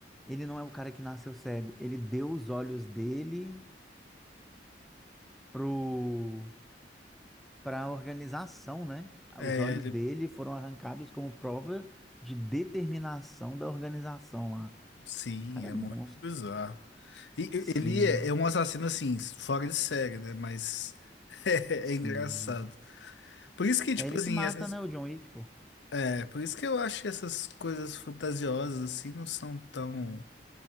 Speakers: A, in the centre; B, on the left.
A: Ele não é o cara que nasceu cego. Ele deu os olhos dele pro, pra organização, né?
B: É,
A: Os olhos
B: ele-
A: dele foram arrancados como prova de determinação da organização lá.
B: sim,
A: O cara
B: é
A: é monstro.
B: muito bizarro. E, e-
A: Sim,
B: ele é, é um assassino assim, fora de série, né? Mas <laughs> é,
A: sim.
B: é engraçado. Por isso que,
A: É
B: tipo
A: ele
B: assim,
A: que mata,
B: essas,
A: né, o John Wick, pô.
B: é, por isso que eu acho que essas coisas fantasiosas assim não são tão.